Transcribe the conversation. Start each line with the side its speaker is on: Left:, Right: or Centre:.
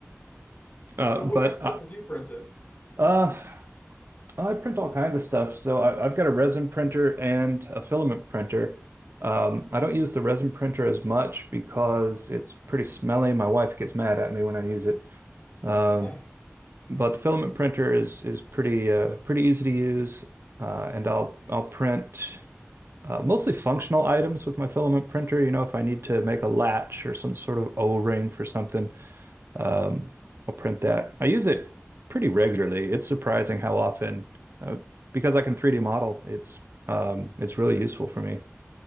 Right: Uh,
Left: So,
Right: but
Left: what kind of stuff
Right: I,
Left: have you printed?
Right: uh, I print all kinds of stuff, so I, I've got a resin printer and a filament printer. Um, I don't use the resin printer as much because it's pretty smelly. My wife gets mad at me when I use it. Um,
Left: Nice.
Right: but the filament printer is is pretty uh, pretty easy to use, uh, and I'll I'll print. uh, mostly functional items with my filament printer. You know, if I need to make a latch or some sort of O-ring for something, um, I'll print that. I use it pretty regularly. It's surprising how often, uh, because I can 3D model, it's um, it's really useful for me.